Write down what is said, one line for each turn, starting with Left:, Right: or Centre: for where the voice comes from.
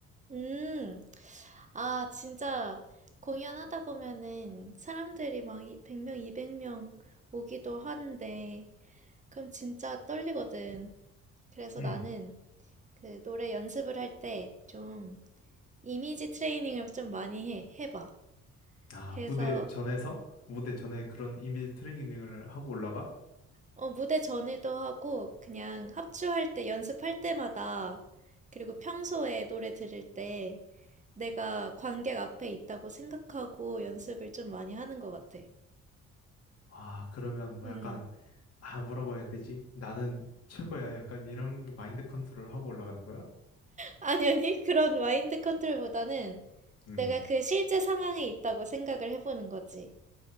Right: 음. 아, 진짜 공연하다 보면은 사람들이 막 100명, 200명 오기도 하는데, 그럼 진짜 떨리거든. 그래서
Left: 음.
Right: 나는 그 노래 연습을 할 때 좀 이미지 트레이닝을 좀 많이 해, 해봐.
Left: 아,
Right: 그래서
Left: 무대 전에서? 무대 전에 그런 이미지 트레이닝을 하고 올라가?
Right: 어, 무대 전에도 하고, 그냥 합주할 때, 연습할 때마다, 그리고 평소에 노래 들을 때, 내가 관객 앞에 있다고 생각하고 연습을 좀 많이 하는 것 같아.
Left: 아, 그러면 뭐
Right: 음.
Left: 약간, 아, 뭐라고 해야 되지? 나는 최고야. 약간 이런 마인드 컨트롤 하고 올라가는 거야?
Right: 아니, 아니, 그런 마인드 컨트롤보다는
Left: 음.
Right: 내가 그 실제 상황에 있다고 생각을 해보는 거지.